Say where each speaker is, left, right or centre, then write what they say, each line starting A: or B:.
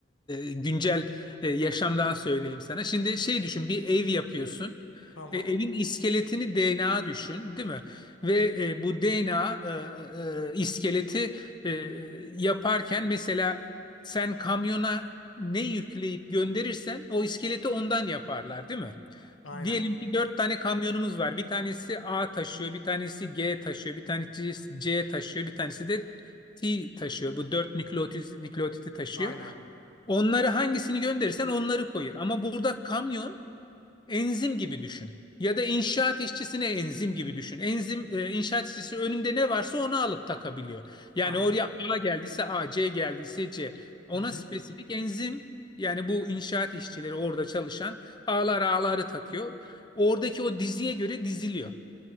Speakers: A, on the left; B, on the left.
A: e, güncel e, yaşamdan söyleyeyim sana. Şimdi şey düşün bir ev yapıyorsun.
B: Tamam.
A: E, evin iskeletini DNA düşün, değil mi? Ve e, bu DNA e, e, iskeleti e, yaparken mesela sen kamyona ne yükleyip gönderirsen o iskeleti ondan yaparlar, değil mi?
B: Aynen.
A: Diyelim ki dört tane kamyonumuz var. Bir tanesi A taşıyor, bir tanesi G taşıyor, bir tanesi C taşıyor, bir tanesi de T taşıyor. Bu dört nükleotit, nükleotiti taşıyor.
B: Aynen.
A: Onları hangisini gönderirsen onları koyar. Ama burada kamyon Enzim gibi düşün. Ya da inşaat işçisine enzim gibi düşün. Enzim e, inşaat işçisi önünde ne varsa onu alıp takabiliyor. Yani
B: Aynen.
A: oraya A geldiyse A, C geldiyse C. Ona
B: Hı hı.
A: spesifik enzim yani bu inşaat işçileri orada çalışan A'lar A'ları takıyor. Oradaki o diziye göre diziliyor.